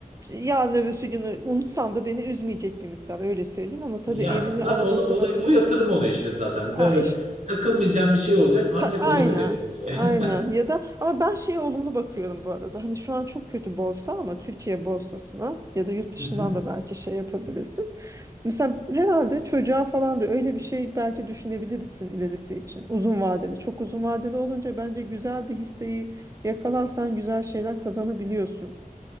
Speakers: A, on the right (about 20°); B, on the right (about 50°).
A: yarın öbürsü günü unutsam da beni üzmeyecek bir miktar öyle söyleyeyim ama tabii
B: Yani
A: evini
B: zaten
A: arabası
B: o da, o,
A: nasıl
B: da, o yatırım oluyor işte zaten.
A: Aa,
B: Böyle
A: işte,
B: takılmayacağın bir şey olacak ancak
A: ta- aynen.
B: onu verebilirim oraya.
A: Aynen. Ya da ama ben şeye olumlu bakıyorum bu arada. Hani şu an çok kötü borsa ama Türkiye borsasına ya da yurt dışından
B: <laughs> Hı
A: da belki şey yapabilirsin. Mesela herhalde çocuğa falan da öyle bir şey belki düşünebilirsin ilerisi için. Uzun vadeli. Çok uzun vadeli olunca bence güzel bir hisseyi yakalarsan güzel şeyler kazanabiliyorsun.